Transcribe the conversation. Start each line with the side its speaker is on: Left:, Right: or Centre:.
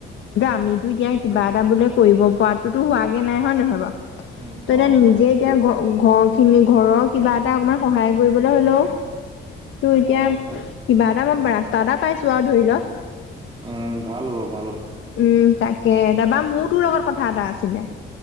Left: আমিতো এতিয়া কিবা এটা বোলে কৰিব পৰাটোতো হোৱাগে নাই হয় নহয় বাৰু
Right: উম
Left: তই এতিয়া
Right: অ
Left: নিজে
Right: নাই হোৱা।
Left: এতিয়া গ গ ঘৰ খিনি ঘৰৰ কিবা এটা অকমান সহায় কৰিবলৈ হলেও ত এতিয়া
Right: অ ভা
Left: কিবা এটা ৰাস্তা এটা পাইছো আও ধৰি ন <unintelligible>
Right: উম ভাল হ'ব ভাল হ'ব
Left: উম, তাকে তাপা মোৰ তোৰ লগত কথা এটা আছিলে